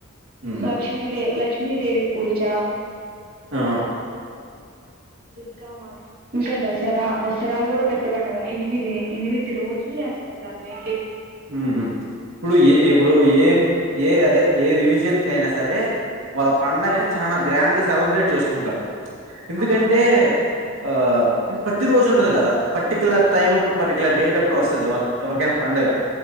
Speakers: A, on the right; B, on the right.
A: హ్మ్.
B: లక్ష్మీదేవి లక్ష్మీదేవి పూజ
A: ఆ
B: దుర్గామాత ఇంకా దసరా దసరా కూడా పెద్ద పండగ ఎనిమిది ఎనిమిది రోజులు చేస జని
A: మ్ ఉ ఇప్పుడు ఏ ఇప్పుడు
B: రోజు
A: ఏ ఏ అదే ఏ రిలీజియన్ అయినా సరే వాళ్ళ పండగ చాలా గ్రాండ్ గా సెలబ్రేట్ చేసుకుంటారు ఎందుకంటే
B: ఆ
A: ఆ ప్రతి రోజు ఉండదు కదా పర్టికలర్ టైమ్ అప్పుడు పర్టికులర్ డేట్ అప్పుడు వస్తుంది వాళ్ళకి ఎవరికైనా పండుగ